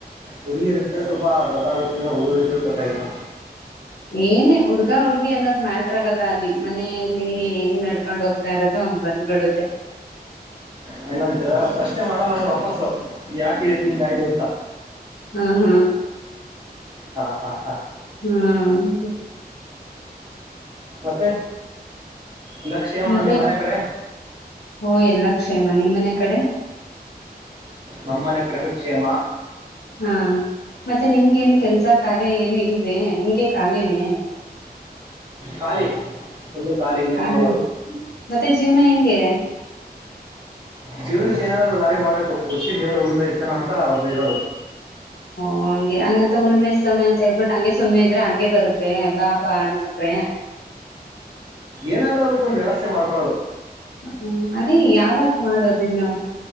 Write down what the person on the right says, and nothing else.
ಹುಡುಗಿರಿ ಇಡ್ತ್ರ ಸ್ವಲ್ಪ ಗೊತ್ತಾಗುತ್ತೆ ಹುಡುಗರು ಗೊತ್ತಾಗಿಲ್ಲ
ಹಂಗಂತೀರಾ ಪ್ರಶ್ನೆ ಮಾಡಲ್ಲ ಅಂದ್ರೆ ವಾಪಸ್ಸು ಯಾಕ್ ಇದಕ್ ಹಿಂಗ ಆಯ್ತು ಅಂತ.
ಹಾ ಹಾ ಹಾ
ಮತ್ತೆ ಎಲ್ಲ ಕ್ಷೇಮನ
ನಿಮ್ಮ್ ಮನೆ ಕಡೆ
ನಮ್ಮನೆ ಕಡೆನೂ ಕ್ಷೇಮ
ಖಾಲಿ ಫುಲ್ಲು ಖಾಲಿ ಇನ್ನೇನ್
ಮಾಡೋದು
ಜೀವನಕ್ಕ ಏನಾದ್ರೂ ದಾರಿ ಮಾಡಬೇಕು ಹುಟ್ಸಿದ ದೇವ್ರ ಹುಲ್ಲ ಮೇಯಸ್ತಾನ ಅಂತ ಒಬ್ಬರ್ ಹೇಳೋರು.
ಏನಾದ್ರೂ ಅದಕ್ಕೊಂದು ವ್ಯವಸ್ಥೆ ಮಾಡ್ಕೊಳದು.